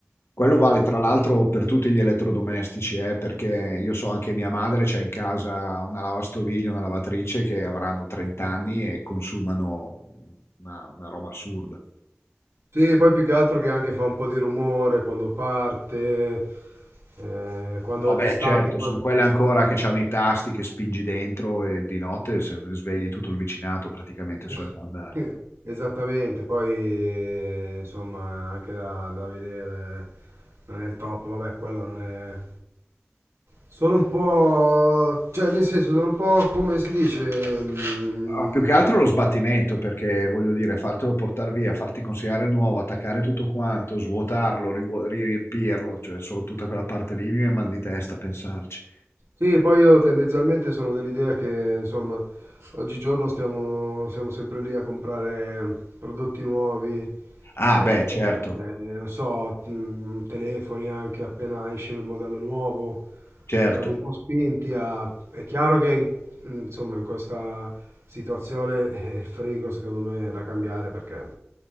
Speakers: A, on the left (about 65°); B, on the right (about 85°).
A: Quello vale
B: Eh,
A: tra
B: per-
A: l'altro per tutti gli elettrodomestici, eh, perché io so anche mia madre c'ha in casa una lavastoviglie, una lavatrice che avranno 30 anni e consumano una, una roba assurda.
B: Sì, poi più che altro che anche fa un po' di rumore quando parte, eh, quando
A: No,
B: d'estate,
A: beh, certo,
B: quando...
A: sono quelle ancora che hanno i tasti che spingi dentro e di notte se ne svegli tutto il vicinato praticamente
B: <laughs>
A: sulla fa andare.
B: Esattamente, poi eh, insomma anche da, da vedere non è il top, vabbè, quello non è... Sono un po', cioè nel senso sono un po' come si dice, mm,
A: Ah, più che altro lo sbattimento, perché voglio dire, fartelo portare via, farti consegnare il nuovo, attaccare tutto quanto, svuotarlo, rivu- riempirlo, cioè solo tutta quella parte lì mi viene mal di testa a pensarci.
B: Sì, poi io tendenzialmente sono dell'idea che, insomma, oggigiorno stiamo, siamo sempre lì a comprare prodotti nuovi,
A: Ah,
B: eh,
A: beh, certo,
B: eh, non so, mh, telefoni anche appena esce il modello nuovo,
A: certo.
B: siamo un po' spinti a... È chiaro che, in- mm, insomma, in questa situazione eh, il frigo secondo me è da cambiare perché,